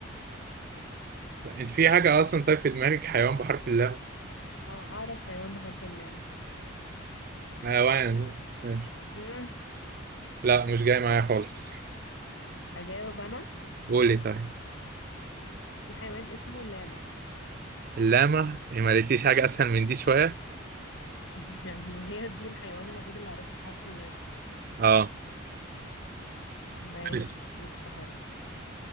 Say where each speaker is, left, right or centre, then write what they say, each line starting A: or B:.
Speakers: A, on the right; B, on the left.
A: لا انت في حاجة أصلا طيب في دماغك حيوان بحرف اللام
B: اه اعرف حيوان بحرف اللام
A: حيوان ماشي
B: مم.
A: لا مش جاي معايا خالص
B: اجاوب انا
A: قولي طيب
B: في حيوان اسمه لاما
A: اللامة إيه، ما لقيتيش حاجة أسهل من دي شوية
B: <laughs> يعني هي دي الحيوان الوحيد اللي اعرفه بحرف اللام
A: اه
B: ماشي
A: ماشي.
B: اديني انت حرف